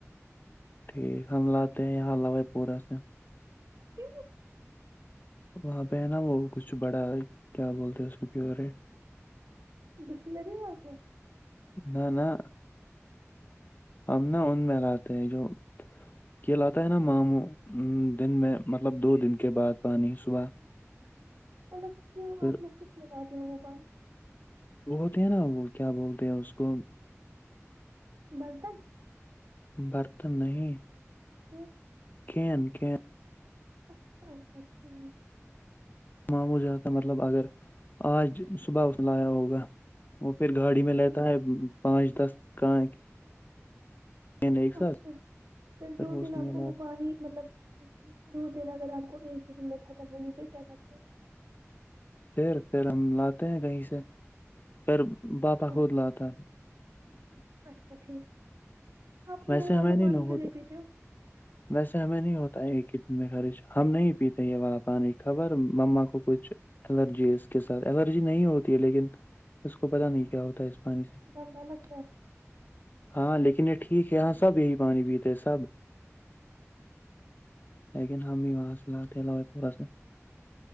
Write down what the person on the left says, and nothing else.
ٹھیک ہم لاتے ہیں حلوئی پورا سے
وہاں پے ہے نا وہ کچھ بڑا کیا بولتے اس کا پیورٹ
نہ نہ ہم نا ان میں لاتے ہیں جو کلات تا ہے نا ماموں دن میں مطلب دو دن کے بعد پانی صبح
پھر
ہوتے ہیں نا وہ کیا بولتے ہیں اس کو
برتن نہیں
کھین کیا
معمو جاتا مطلب اگر آج صبح اسنےلایا ہوگا وہ پھر گاڑی میں لیتا
ہے پانچ دس کا کین ایک ساتھ
وہ اس
میں
لا
پھر پھر ہم لاتے ہیں کہیں سے پر بابا
خود لاتا تھا
ویسے
ہمیں نہیں
نہ ہوتا
ویسے ہمیں نہیں ہوتا ہے ایک ہی دن میں خرچ ہم نہیں پیتے یے والا پانی خبر مما کو کچھ الرجی ہے اس کے ساتھ الرجی نہیں ہوتی ہے لیکن اس کو پتہ نہیں کیا ہوتا ہے اس پانی سے
ہاں لیکن یہ ٹھیک ہے یہاں سب یہ ہی پانی پیتے سب لیکن ہم بھی وہاں سے لاتے لائے پورا سے